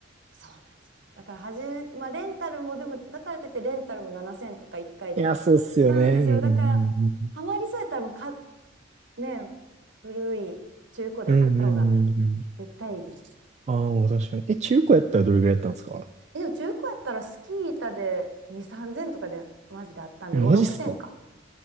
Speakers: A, on the right (about 65°); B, on the right (about 35°).
A: そうなんですよ。だからはじめ、まあレンタルもでも、だからといってレンタルも7000とか1回で
B: いや、そうっすよね。
A: 買うんですよ。
B: うんうん
A: だから、ハマりそうやったらもうか、ね、古い中古で買った方が
B: うんうん。うんうんうんうん
A: 絶対いいです。
B: ああ、確かに。え、中古やったらどれぐらいやったんですか
A: え、でも中古やったらスキー板で2、3000とかでマジであったんで、
B: えマジっすか
A: 5、6000か。